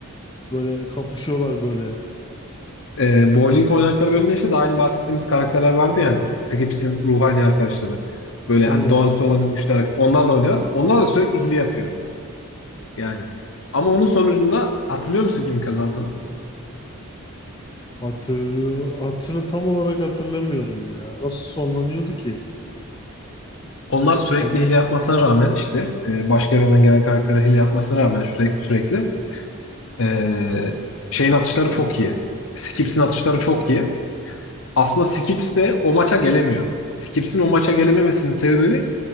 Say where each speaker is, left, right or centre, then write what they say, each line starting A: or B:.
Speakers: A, on the left; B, on the left.
A: Böyle kapışıyorlar böyle.
B: E, bowling oynadıkları bölümde işte daha önce bahsettiğimiz karakterler vardı ya hani Skips'in ruhani arkadaşları. Böyle
A: Aynen.
B: hani doğaüstü olan güçler onlarla oynuyor. Onlar da sürekli hile yapıyor yani. Ama onun sonucunda hatırlıyor musun kimin kazandığını?
A: Hatırlıyor. Hatır, tam olarak hatırlamıyorum ya. Nasıl sonlanıyordu ki?
B: Onlar sürekli
A: Ee,
B: hile yapmasına rağmen işte e, başka evrenden gelen karaktere hile yapmasına rağmen sürekli, sürekli e, şeyin atışları çok iyi. Skips'in atışları çok iyi. Aslında Skips de o maça gelemiyor. Skips'in o maça gelememesinin sebebi